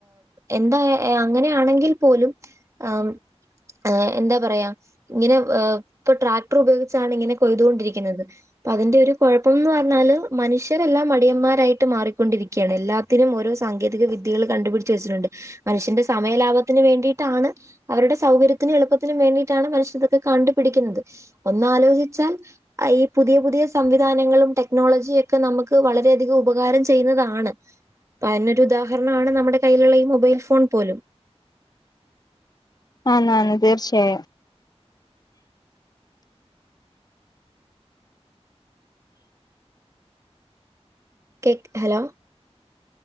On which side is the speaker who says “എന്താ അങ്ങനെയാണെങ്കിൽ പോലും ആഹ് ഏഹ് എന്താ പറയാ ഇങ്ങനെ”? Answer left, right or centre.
Right